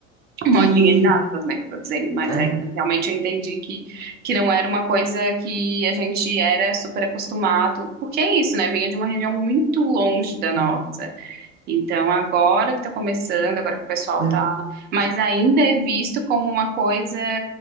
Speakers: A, on the right; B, on the right.
A: Modinha
B: E...
A: entre aspas, né, que eu tô dizendo, mas
B: É.
A: é que realmente eu entendi que, que não era uma coisa que a gente era super acostumado, porque é isso, né, vinha de uma região muito longe da nossa.
B: É.
A: Então, agora que tá começando, agora que o pessoal
B: É.
A: tá, mas ainda é visto como uma coisa